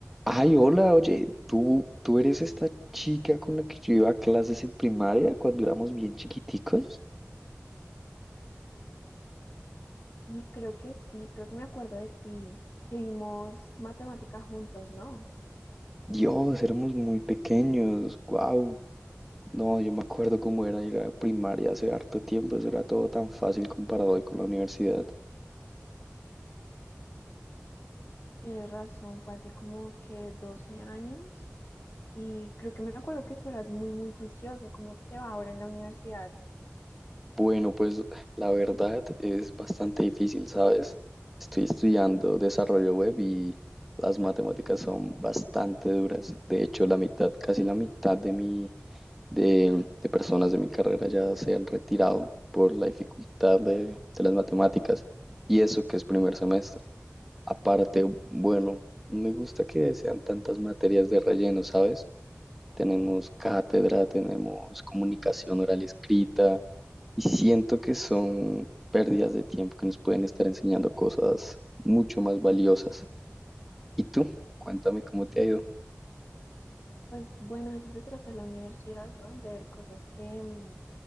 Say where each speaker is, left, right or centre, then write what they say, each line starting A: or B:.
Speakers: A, in the centre; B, on the left.
A: Ay, hola, oye, ¿tú, tú eres esta chica con la que yo iba a clases en primaria cuando éramos bien chiquiticos?
B: Y creo que sí, creo que me acuerdo de ti, que vimos matemática juntos, ¿no?
A: Dios, éramos muy pequeños, wow. No, yo me acuerdo cómo era ir a primaria hace harto tiempo, eso era todo tan fácil comparado hoy con la universidad.
B: Tienes razón, fue hace como que 12 años y creo que me acuerdo que tú eras muy, muy juicioso. ¿Cómo te va ahora en la universidad?
A: Bueno, pues la verdad es bastante difícil, ¿sabes? Estoy estudiando desarrollo web y las matemáticas son bastante duras. De hecho, la mitad, casi la mitad de mi de, de personas de mi carrera ya se han retirado por la dificultad de, de las matemáticas y eso que es primer semestre. Aparte, bueno, no me gusta que sean tantas materias de relleno, ¿sabes? Tenemos cátedra, tenemos comunicación oral y escrita y siento que son pérdidas de tiempo que nos pueden estar enseñando cosas mucho más valiosas. ¿Y tú? Cuéntame cómo te ha ido.
B: Pues bueno, de eso se trata la universidad, ¿no? De ver cosas que, mm,